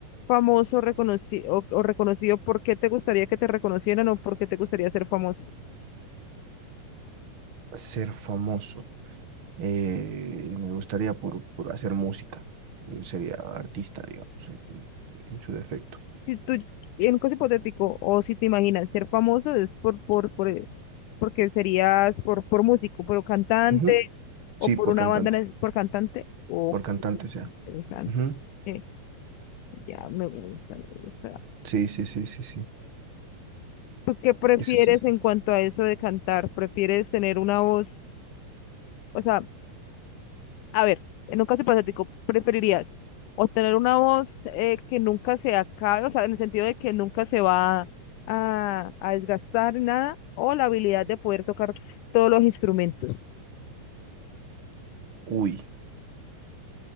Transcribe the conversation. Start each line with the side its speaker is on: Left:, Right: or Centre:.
Left: famoso reconoci- o, o reconocido, ¿por qué te gustaría que te reconocieran o por qué te gustaría ser famoso?
Right: Ser famoso, eh, me gustaría por, por hacer música, eh, sería artista, digamos, en, en su defecto.
Left: Si tú, en un caso hipotético, o si te imaginas ser famoso, es por, por, por, eh, porque serías por, por músico, por cantante,
Right: Ujú.
Left: o
Right: Sí,
Left: por
Right: por
Left: una
Right: cantante,
Left: banda, en es- por cantante, o
Right: por cantante, o sea.
Left: interesante.
Right: Ujú.
Left: Eh, ya me gusta, me gusta.
Right: Sí, sí, sí, sí, sí.
Left: ¿Tú qué prefieres
Right: Eso sí. sí.
Left: en cuanto a eso de cantar? ¿Prefieres tener una voz? O sea, a ver, en un caso hipotético, ¿preferirías o tener una voz eh, que nunca se acabe, o sea, en el sentido de que nunca se va a, a desgastar ni nada, o la habilidad de poder tocar todos los instrumentos?
Right: Uy,